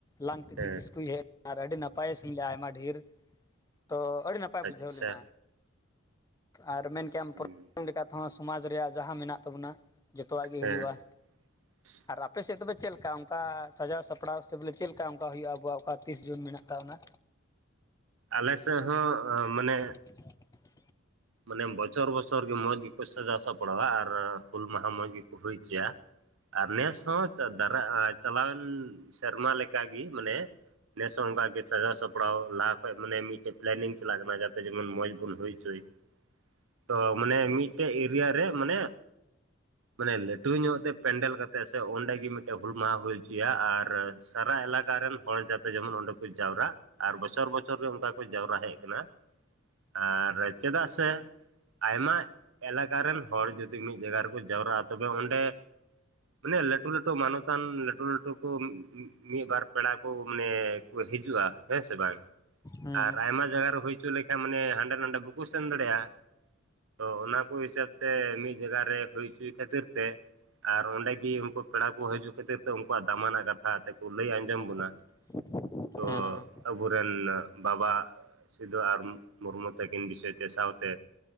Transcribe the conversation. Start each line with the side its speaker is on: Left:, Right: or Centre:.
Left: ᱞᱟᱝᱛᱤᱛᱤ
Right: ᱦᱮᱸ
Left: ᱠᱤᱥᱠᱩᱭ ᱦᱮᱡ ᱞᱮᱱᱟ ᱟᱨ ᱟᱹᱰᱤ ᱱᱟᱯᱟᱭ ᱥᱮᱨᱮᱧ ᱞᱮᱫ-ᱟ ᱟᱭᱢᱟ ᱰᱷᱮᱨ ᱛᱚ ᱟᱹᱰᱤ ᱱᱟᱯᱟᱭ ᱱᱟᱯᱟᱭ
Right: ᱟᱪᱪᱷᱟ
Left: ᱵᱩᱡᱷᱟᱹᱣ ᱞᱮᱱᱟ ᱟᱨ ᱢᱮᱱ ᱠᱮᱭᱟᱢ ᱯᱨᱚᱛᱷᱚᱢ
Right: ᱦᱩᱸ
Left: <unintelligible> ᱦᱚᱸ ᱥᱚᱢᱟᱡᱽ ᱨᱮᱭᱟᱜ ᱡᱟᱦᱟᱸ ᱢᱮᱱᱟᱜ ᱛᱟᱵᱚᱱᱟ ᱡᱚᱛᱚᱣᱟᱜ ᱜᱮ
Right: ᱦᱮᱸ
Left: ᱦᱩᱭᱩᱜ-ᱟ
Right: <inaudible>
Left: ᱟᱨ ᱟᱯᱮ ᱥᱮᱫ ᱫᱚᱵᱮ ᱪᱮᱫ ᱞᱮᱠᱟ ᱚᱱᱠᱟ ᱥᱟᱡᱟᱣ ᱥᱟᱯᱲᱟᱣ ᱥᱮ ᱵᱚᱞᱮ ᱪᱮᱫ ᱞᱮᱠᱟ ᱚᱱᱠᱟ ᱦᱩᱭᱩᱜ-ᱟ ᱟᱵᱚᱣᱟᱜ ᱚᱠᱟ ᱛᱤᱥ ᱡᱩᱱ ᱢᱮᱱᱟᱜ ᱛᱟᱵᱚᱱᱟ ᱚᱱᱟ
Right: ᱟᱞᱮ ᱥᱮᱫ ᱦᱚᱸ ᱢᱟᱱᱮ
Left: <inaudible>
Right: ᱢᱟᱱᱮ ᱵᱚᱪᱷᱚᱨ ᱵᱚᱪᱷᱚᱨ ᱜᱮ ᱢᱚᱸᱡᱽ ᱜᱮᱠᱚ ᱥᱟᱡᱟᱣ ᱥᱟᱯᱲᱟᱣᱟ ᱟᱨ ᱦᱩᱞ ᱢᱟᱦᱟᱸ ᱢᱚᱸᱡᱽ ᱜᱮᱠᱚ ᱦᱩᱭ ᱚᱪᱚᱭᱟ᱾ ᱟᱨ ᱱᱮᱥ ᱦᱚᱸ ᱫᱟᱨᱟᱭ ᱪᱟᱞᱟᱣᱮᱱ ᱥᱮᱨᱢᱟ ᱞᱮᱠᱟᱟᱜᱮ ᱢᱟᱱᱮ ᱱᱮᱥ ᱦᱚᱸ ᱚᱱᱠᱟ ᱜᱮ ᱥᱟᱡᱟᱣ ᱥᱟᱯᱲᱟᱣ ᱞᱟᱦᱟ ᱠᱷᱚᱡ ᱢᱟᱱᱮ ᱢᱤᱫᱴᱮᱡ ᱯᱞᱮᱱᱤᱝ ᱪᱟᱞᱟᱜ ᱠᱟᱱᱟ ᱡᱟᱛᱮ ᱡᱮᱢᱚᱱ ᱢᱚᱸᱡᱽ ᱵᱚᱱ ᱦᱩᱭ ᱚᱪᱚᱭ ᱛᱚ ᱢᱟᱱᱮ ᱢᱤᱫᱴᱮᱡ ᱮᱨᱤᱭᱟ ᱨᱮ ᱢᱟᱱᱮ
Left: <inaudible>
Right: ᱢᱟᱱᱮ ᱞᱟᱹᱴᱩ ᱧᱚᱜ ᱛᱮ ᱯᱮᱱᱰᱮᱞ ᱠᱟᱛᱮ ᱥᱮ ᱚᱸᱰᱮ ᱜᱮ ᱢᱤᱫᱴᱮᱡ ᱦᱩᱞ ᱢᱟᱦᱟᱸ ᱦᱩᱭ ᱦᱚᱪᱚᱭᱟ ᱟᱨ ᱥᱟᱨᱟ ᱮᱞᱟᱠᱟ ᱨᱮᱱ ᱦᱚᱲ ᱡᱟᱛᱮ ᱡᱮᱢᱚᱱ ᱚᱸᱰᱮ ᱠᱚ ᱡᱟᱣᱨᱟᱜ ᱟᱨ ᱵᱚᱪᱷᱚᱨ ᱵᱚᱪᱷᱚᱨ ᱨᱮ ᱚᱱᱠᱟ ᱠᱚ ᱡᱟᱣᱨᱟ ᱦᱮᱡ ᱟᱠᱟᱱᱟ
Left: <inaudible>
Right: ᱟᱨ ᱪᱮᱫᱟᱜ ᱥᱮ ᱟᱭᱢᱟ ᱮᱞᱟᱠᱟ ᱨᱮᱱ ᱦᱚᱲ ᱡᱩᱫᱤ ᱢᱤᱫ ᱡᱟᱭᱜᱟ ᱨᱮᱠᱚ ᱡᱟᱣᱨᱟᱜ-ᱟ ᱛᱚᱵᱮ ᱚᱸᱰᱮ ᱢᱟᱱᱮ ᱞᱟᱹᱴᱩ ᱞᱟᱹᱴᱩ ᱢᱟᱱᱚᱛᱟᱱ ᱞᱟᱹᱴᱩ ᱞᱟᱹᱴᱩ ᱠᱚ ᱢᱤᱫᱵᱟᱨ ᱯᱮᱲᱟ ᱠᱚ ᱢᱟᱱᱮ ᱠᱚ ᱦᱤᱡᱩᱜ-ᱟ ᱦᱮᱸᱥᱮ ᱵᱟᱝ
Left: ᱦᱩᱸ
Right: ᱟᱨ ᱟᱭᱢᱟ ᱡᱟᱭᱜᱟ ᱨᱮ ᱦᱩᱭ ᱚᱪᱚ ᱞᱮᱠᱷᱟᱱ ᱢᱟᱱᱮ ᱦᱟᱸᱰᱮ ᱱᱷᱟᱰᱮ ᱵᱟᱠᱚ ᱥᱮᱱ ᱫᱟᱲᱮᱭᱟᱜ-ᱟ ᱛᱚ ᱚᱱᱟ ᱠᱚ ᱦᱤᱥᱟᱹᱵᱽ ᱛᱮ ᱢᱤᱫ ᱡᱟᱭᱜᱟ ᱨᱮ ᱦᱩᱭ ᱚᱪᱚᱭ ᱠᱷᱟᱹᱛᱤᱨ ᱛᱮ ᱟᱨ ᱚᱸᱰᱮ ᱜᱮ ᱩᱱᱠᱩ ᱯᱮᱲᱟ ᱠᱚ ᱦᱤᱡᱩᱜ ᱠᱷᱟᱹᱛᱤᱨ ᱛᱮ ᱩᱱᱠᱩᱣᱟᱜ ᱫᱟᱢᱟᱱᱟᱜ ᱠᱟᱛᱷᱟ ᱮᱛᱮᱜ ᱠᱚ ᱞᱟᱹᱭ ᱟᱸᱡᱚᱢ ᱟᱵᱚᱱᱟ
Left: <inaudible>
Right: ᱛᱚ
Left: ᱦᱩᱸ ᱦᱮᱸ
Right: ᱟᱵᱚᱨᱮᱱ ᱵᱟᱵᱟ ᱥᱤᱸᱫᱩ ᱟᱨ ᱢᱩᱨᱢᱩ ᱛᱟᱹᱠᱤᱱ ᱵᱤᱥᱚᱭ ᱥᱟᱶᱛᱮ